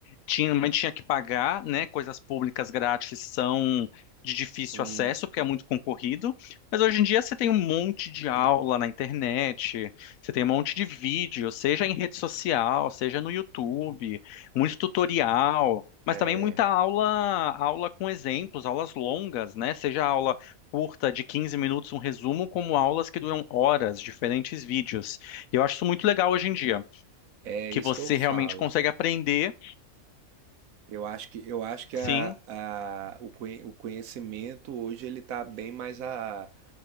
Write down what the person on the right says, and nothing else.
hum,
é,
é
isso
que eu falo.
Eu acho que, eu acho que a,
a, o, conhe- o conhecimento hoje ele está bem mais a,